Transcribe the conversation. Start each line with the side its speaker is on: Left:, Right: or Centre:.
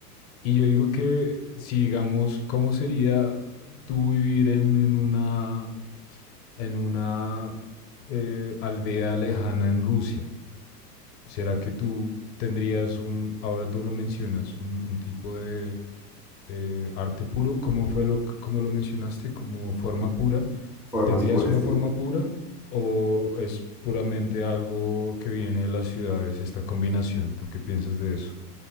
Left: Y yo digo que si digamos, ¿cómo sería tú vivir en, en una, en una eh, aldea lejana en Rusia? ¿Será que tú tendrías un, ahora tú lo mencionas, un, un tipo de, de arte puro? ¿Cómo fue lo, cómo lo mencionaste? ¿Como forma pura?
Centre: Formas
Left: ¿Tendrías
Centre: puras,
Left: una forma
Centre: sí.
Left: pura o es puramente algo que viene de las ciudades, esta combinación? ¿Tú qué piensas de eso?